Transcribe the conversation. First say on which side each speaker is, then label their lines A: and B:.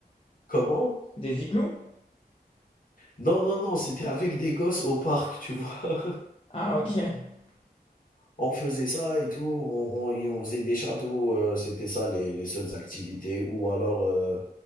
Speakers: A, on the left; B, on the left.
A: comment?
B: Des igloos?
A: Non, non, non, c'était avec des gosses au parc, tu vois?
B: Ah, ok. <laughs>
A: On faisait ça et tout, on, on- et on faisait des châteaux, euh, c'était ça les, les seules activités, ou alors, euh,